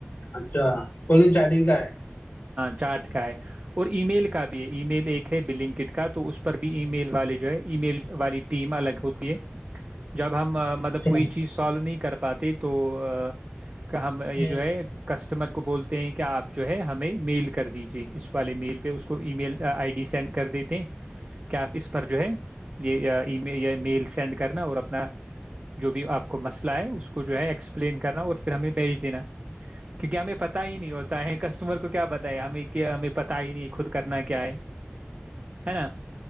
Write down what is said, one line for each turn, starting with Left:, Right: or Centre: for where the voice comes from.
Left: اچھا کو چیٹنگ کا ہے
Right: چارٹ کا ہے اور ای میل کا بھی ہے ای میل ایک ہے بنکڈ کا تو اس پر بھی ای میل والے جو ہے ای میل والی ٹیم الگ ہوتی ہے جب <unintelligible> ہم ملب
Left: اچھا
Right: کوئی چیز سو نہیں <unintelligible> کر پاتے تو <unintelligible> کا ہم یہ
Left: میل،
Right: جو ہے کس <unintelligible> کسٹمر کو بولتے ہیں کہ آپ جو ہے ہمیں میل <unintelligible> کر دیجیے اس والے میل پہ اس کو email I D send کر <unintelligible> کر دیتے کیا آپ اس پر جو ہے یہ ای یا میل سینڈ کرنا اور اپنا جو بھی آپ کو مسئ <unintelligible> اس کو جو ہے ایکسپلین کرنا اور پھر ہمیں بیچ دینا کیونکہ ہمیں پت ہی نہیں ہوتا ہے کسٹمر کو کیا پتا ہے ہمیں ہمیں پتا ہی نہیں ہے خود کرنا کیا ہے <unintelligible> ہے نا